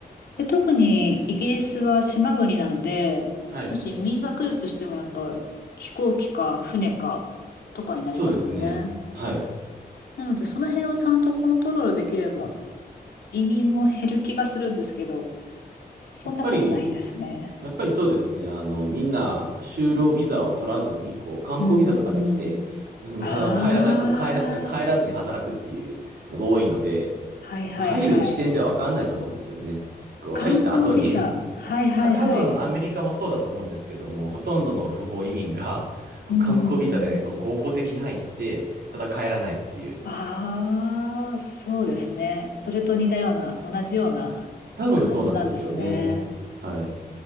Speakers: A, on the left (about 80°); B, on the right (about 80°).
A: で、特にイギリスは島国なので、
B: はい、
A: もし移民が来るとしてもやっぱ飛行機か船かとかになりますよね。
B: そうですね。はい。
A: なのでその辺をちゃんとコントロールできれば移民も減る気がするんですけど、そんなことないんですね。
B: やっぱり、やっぱりそうですね。あの、みんな、就労ビザを取らずに、こう、観光ビザとかで来て、
A: うんうんうん。
B: その、
A: ああ、
B: ただ帰らなく、帰ら、帰らずに働くっていうのが多いので、
A: そはいはいはい。
B: 入る時点ではわかんないと思うんですよね。こう、
A: 観光ビザ。
B: 入った後に。
A: はいはいはい。
B: た、多分アメリカもそうだと思うんですけども、ほとんどの不法移民が、こう、
A: うん
B: 観光ビザで、
A: うんうん。
B: こう、合法的に入って、ただ帰らないっていう。
A: ああ、そうですね。それと似たような、同じような感じなんですね。
B: 多分そうなんですよね。はい。